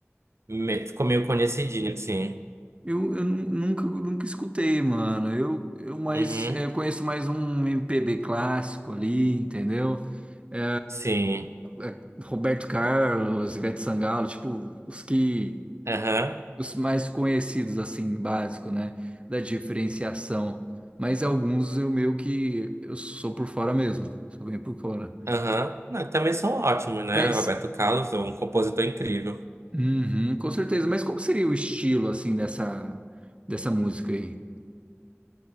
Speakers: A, on the right; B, on the right.
A: me- Ficou meio conhecidinha, assim.
B: Eu, eu nu- nunca, nunca escutei, mano. Eu, eu mais
A: Uhum.
B: eh, eu conheço mais um MPB clássico ali, entendeu? É,
A: Sim.
B: é, Roberto Carlos, Ivete Sangalo, tipo, os que
A: Aham.
B: os mais conhecidos, assim, básico, né? Da diferenciação. Mas alguns eu meio que eu sou por fora mesmo. Sou bem por fora.
A: Aham. Não, Também são ótimos, né?
B: Mas,
A: Roberto Carlos é um compositor incrível.
B: uhum, com certeza. Mas como seria o estilo, assim, dessa, dessa música aí?